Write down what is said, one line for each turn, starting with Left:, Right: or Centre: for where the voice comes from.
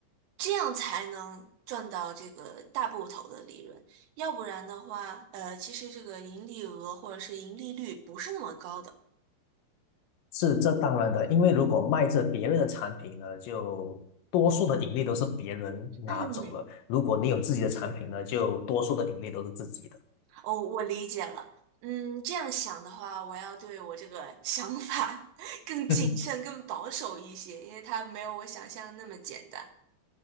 Right: 这样才能赚到这个大部头的利润，要不然的话，呃，其实这个盈利额或者是盈利率不是那么高的。
Left: 是这当然的，因为如果卖着别人的产品呢，就多数的盈利都是别人拿走了；
Right: 嗯，
Left: 如果你有自己的产品呢，就多数的盈利都是自己的。
Right: 哦，我理解了。嗯，这样想的话，我要对我这个想法 <laughs> 更谨慎、
Left: <laughs>
Right: 更保守一些，因为它没有我想象的那么简单。